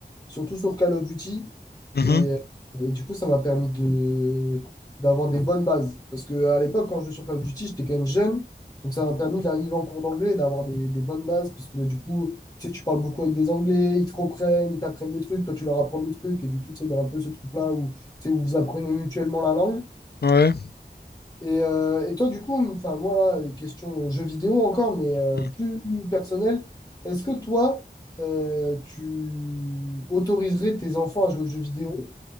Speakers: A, on the left; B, on the left.
A: surtout sur Call of Duty.
B: Mhm.
A: Et, euh, et du coup, ça m'a permis de, d'avoir des bonnes bases. Parce que à l'époque, quand je jouais sur Call of Duty, j'étais quand même jeune. Donc, ça m'a permis d'arriver en cours d'anglais et d'avoir des, des bonnes bases. Parce que ben, du coup, tu sais, tu parles beaucoup avec des Anglais, ils te reprennent, ils t'apprennent des trucs, toi, tu leur apprends des trucs. Et du coup, tu sais, il y a un peu ce truc-là où, tu sais, où vous apprenez mutuellement la langue.
B: Ouais.
A: Et, euh, et toi, du coup, enfin, moi, là, une question jeu vidéo encore, mais euh,
B: Mm.
A: plus personnelle, est-ce que toi, euh, tu autoriserais tes enfants à jouer aux jeux vidéo?